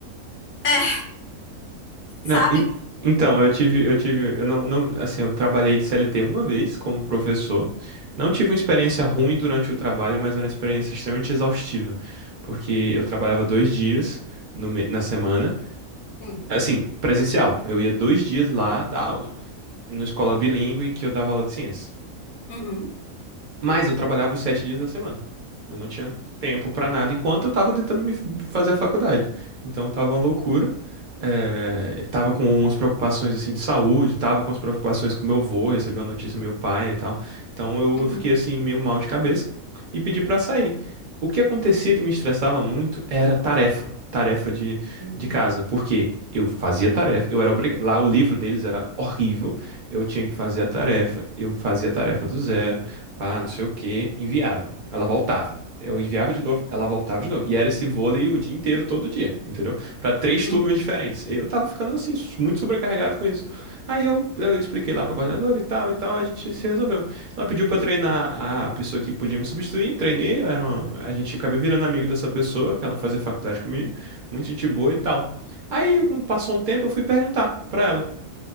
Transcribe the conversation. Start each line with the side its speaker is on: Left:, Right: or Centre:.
Left: é, sabe?
Right: Não, en- então, eu tive, eu tive, eu não, não, assim, eu trabalhei de CLT uma vez como professor. Não tive uma experiência ruim durante o trabalho, mas era uma experiência extremamente exaustiva, porque eu trabalhava dois dias no me- na semana,
Left: Hum,
Right: assim, presencial. Eu ia dois dias lá dar aula, numa escola bilíngue que eu dava aula de ciência.
Left: uhum,
Right: Mas eu trabalhava os sete dias da semana. Eu não tinha tempo pra nada enquanto eu tava tentando me f- fazer a faculdade. Então tava uma loucura. É, tava com umas preocupações assim de saúde, tava com as preocupações com meu avô, recebeu a notícia do meu pai e tal. Então eu,
Left: uhum,
Right: eu fiquei assim meio mal de cabeça e pedi pra sair. O que acontecia que me estressava muito era tarefa, tarefa de,
Left: uhum,
Right: de casa, porque eu fazia tarefa, eu era obrigado, lá o livro deles era horrível, eu tinha que fazer a tarefa, eu fazia a tarefa do zero pá, não sei o quê, enviava. Ela voltava. Eu enviava de novo, ela voltava de novo. E era esse vôlei o dia inteiro, todo dia, entendeu? Pra três
Left: uhum,
Right: turmas diferentes. Eu tava ficando, assim, muito sobrecarregado com isso. Aí eu, eu expliquei lá pra coordenadora e tal e tal, a gente se resolveu. Ela pediu pra treinar a pessoa que podia me substituir, treinei, eu era uma- a gente acabei virando amigo dessa pessoa, que ela fazia faculdade comigo, muito gente boa e tal. Aí, como passou um tempo, eu fui perguntar pra ela,